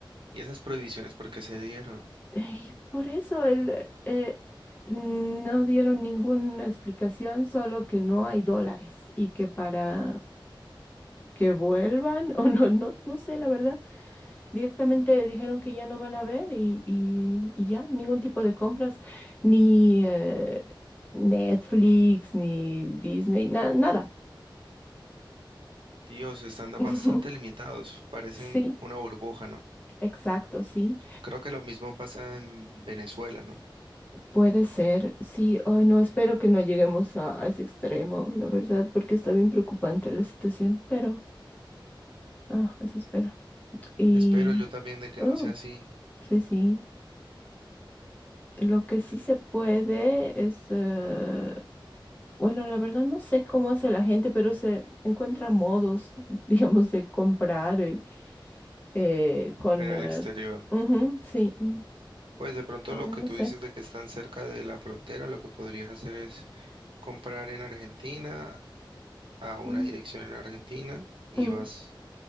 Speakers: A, on the right; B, on the left.
A: ¿Y esas prohibiciones por qué se dieron?
B: Ey, por eso el, eh, no dieron ninguna explicación, solo que no hay dólares y que para que vuelvan <laughs> o no, no, no sé, la verdad. Directamente dijeron que ya no van a ver y, y, y ya, ningún tipo de compras, ni eh, Netflix, ni Disney, na- nada.
A: Dios, están da- bastante
B: <laughs>
A: limitados, parecen
B: Sí,
A: una burbuja, ¿no?
B: exacto, sí.
A: Creo que lo mismo pasa en Venezuela, ¿no?
B: Puede ser, sí. Ay, no, espero que no lleguemos a, a ese extremo, la verdad, porque está bien preocupante la situación, pero, ah, eso espero. Y,
A: Espero yo también de que
B: oh,
A: no sea así
B: sí, sí. Lo que sí se puede es... eh, Bueno, la verdad no sé cómo hace la gente, pero se encuentra modos, <laughs> digamos, de comprar eh, eh, con...
A: en el
B: eh,
A: exterior.
B: ujú, sí, mm,
A: Pues de pronto
B: la
A: lo que
B: no
A: tú
B: sé.
A: dices de que están cerca de la frontera, lo que podrías hacer es comprar en Argentina a una
B: Mm,
A: dirección en Argentina y
B: mm,
A: vas